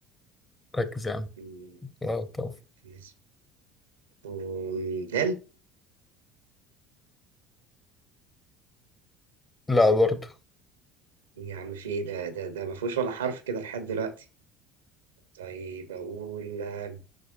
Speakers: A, on the left (about 20°); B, on the right (about 85°).
A: ركز يا عم
B: مم،
A: لا طبعا
B: ركز. أم، دال
A: لا برضه
B: يا عم في إيه ده ده ده ما فيهوش ولا حرف كده لحد دلوقتي طيب أقول آه،